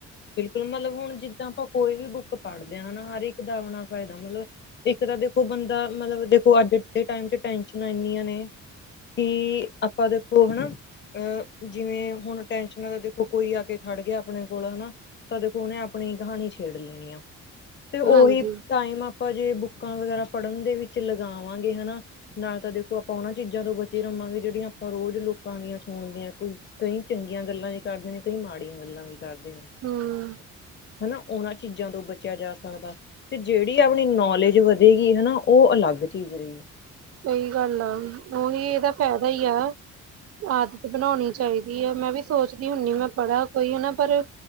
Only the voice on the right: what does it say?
ਹਾਂਜੀ
ਹਮ
ਸਹੀ ਗੱਲ ਆ ਉਹੀ ਇਹਦਾ ਫਾਇਦਾ ਹੀ ਆ ਆਦਤ ਬਣਾਉਣੀ ਚਾਹੀਦੀ ਹੈ ਮੈਂ ਵੀ ਸੋਚਦੀ ਹੁੰਦੀ ਮੈਂ ਪੜ੍ਹਾ ਕੋਈ ਹੈਨਾ ਪਰ